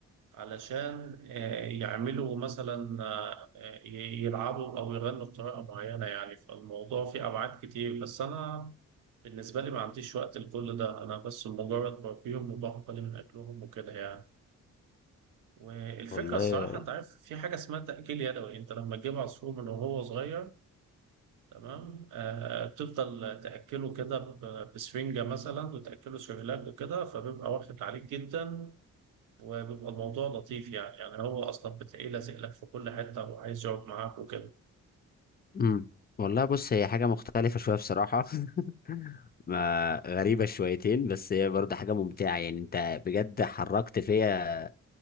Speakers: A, on the right; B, on the left.
A: علشان آه يعملوا مثلا آه آه، يلعبوا او يغنوا بطريقه معينه يعني فالموضوع فيه ابعاد كتير بس انا بالنسبة لي ما عنديش وقت لكل ده أنا بس مجرد بربيهم وباخد بالي من أكلهم وكده يعني والفكرة
B: والله
A: الصراحة أنت عارف في حاجة اسمها تأكيل يدوي أنت لما تجيب عصفور من وهو صغير تمام آه تفضل تأكله كده ب- بسفنجة مثلا وتأكله سيرلاك وكده فبيبقى واخد عليك جدا وبيبقى الموضوع لطيف يعني يعني هو أصلا بتلاقيه لازق لك في كل حتة وعايز يقعد معاك وكده
B: امم والله بص هي حاجه مختلفه شويه بصراحه <laughs> ما غريبه شويتين بس هي برضه حاجه ممتعه يعني انت بجد حركت فيا